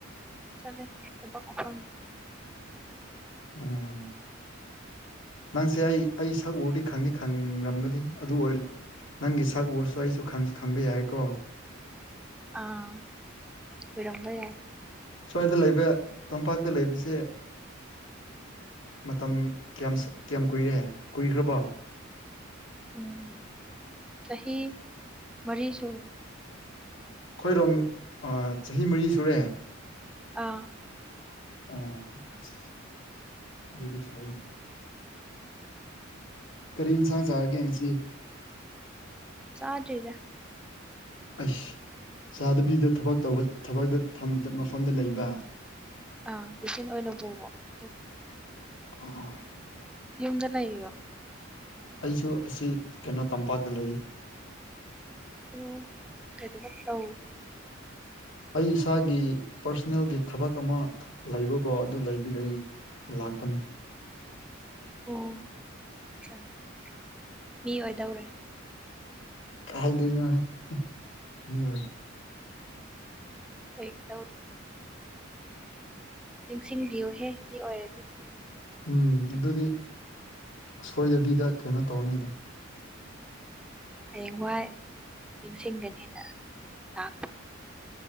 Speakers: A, in the centre; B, on the left.
A: ꯆꯠꯂꯦ ꯊꯕꯛ ꯃꯐꯝꯗꯅꯦ
B: ꯑꯣ ꯅꯪꯁꯦ ꯑꯩ ꯑꯩ ꯁꯛ ꯎꯔꯗꯤ ꯈꯪꯗꯤ ꯈꯪꯅꯤꯡꯔꯝꯒꯅꯤ ꯑꯗꯨ ꯑꯣꯏ ꯅꯪꯒꯤ ꯁꯛ ꯎꯔꯁꯨ ꯑꯩꯁꯨ ꯈꯪꯁꯨ ꯈꯪꯕ ꯌꯥꯏꯀꯣ
A: ꯑꯥ ꯑꯣꯏꯔꯝꯕ ꯌꯥꯏ
B: ꯁ꯭ꯋꯥꯏꯗ ꯂꯩꯕ ꯇꯝꯄꯥꯛꯇ ꯂꯩꯕꯁꯦ ꯃꯇꯝ ꯀꯌꯥꯝ ꯁ ꯀꯌꯥꯝ ꯀꯨꯏꯔꯦ ꯀꯨꯏꯈ꯭ꯔꯕꯣ
A: ꯎꯝ ꯆꯍꯤ ꯃꯔꯤ ꯁꯨꯔꯦ
B: ꯈꯣꯏꯔꯣꯝ ꯑ ꯆꯍꯤ ꯃꯔꯤ ꯁꯨꯔꯦ
A: ꯑꯥ
B: ꯑꯣ ꯑꯁ ꯑꯗꯨꯗꯤ ꯐꯩꯅꯦ ꯀꯔꯤ ꯏꯟꯁꯥꯡ ꯆꯥꯔꯒꯦ ꯉꯁꯤ
A: ꯆꯗ꯭ꯔꯤꯗ
B: ꯑꯩꯁ ꯆꯥꯗꯕꯤꯗ ꯊꯕꯛ ꯇꯧꯕ ꯊꯕꯛꯇ ꯐꯝꯇ ꯃꯐꯝꯗ ꯂꯩꯕ
A: ꯑꯥ ꯇꯦꯁꯤꯟ ꯑꯣꯏꯅ ꯄꯨꯕ ꯑꯗꯨꯒꯤ
B: <unintelligible>
A: ꯌꯨꯝꯗ ꯂꯩꯔꯤꯔꯣ
B: ꯑꯩꯁꯨ ꯑꯁꯤ ꯀꯩꯅꯣ ꯇꯝꯄꯥꯛꯇ ꯂꯩ
A: ꯎꯨ ꯀꯩ ꯊꯕꯛ ꯇꯧ
B: ꯑꯩ ꯏꯁꯥꯒꯤ ꯄꯔꯁ꯭ꯅꯦꯜꯒꯤ ꯊꯕꯛ ꯑꯃ ꯂꯩꯕꯀꯣ ꯑꯗꯨ ꯂꯩꯕꯒꯤ ꯑꯩ ꯂꯥꯛꯄꯅꯦ
A: ꯑꯣ ꯆꯥꯆꯥ ꯃꯤ ꯑꯣꯏꯗꯧꯔꯦ
B: ꯀꯥꯏꯗꯩꯅꯣꯅꯦ ꯃꯤꯑꯣꯏ
A: ꯀꯩ ꯇꯧꯔꯣꯏ ꯅꯤꯡꯁꯤꯡꯕꯤꯌꯣꯍꯦ ꯃꯤ ꯑꯣꯏꯔꯗꯤ
B: ꯎꯝ ꯑꯗꯨꯗꯤ ꯁꯣꯏꯗꯕꯤꯗ ꯀꯩꯅꯣ ꯇꯧꯔꯅꯤꯗ
A: ꯍꯥꯌꯦꯡꯋꯥꯏ ꯅꯤꯡꯁꯤꯡꯒꯅꯤꯅ ꯂꯥꯛꯄꯒ